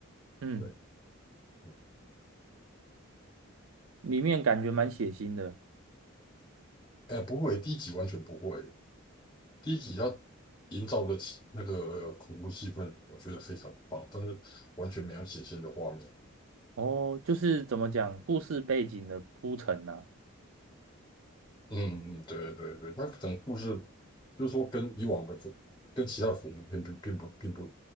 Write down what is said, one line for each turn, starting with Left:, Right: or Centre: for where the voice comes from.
Right: 嗯，
Left: 对，嗯，
Right: 里面感觉蛮血腥的。
Left: 哎，不会，第一集完全不会。第一集它营造的气那个恐怖气氛，我觉得非常棒，但是完全没有血腥的画面。
Right: 哦，就是怎么讲，故事背景的铺陈呐、
Left: 嗯，嗯对对对，它可能故事就是说跟以往的这，跟其他恐怖片并并不并不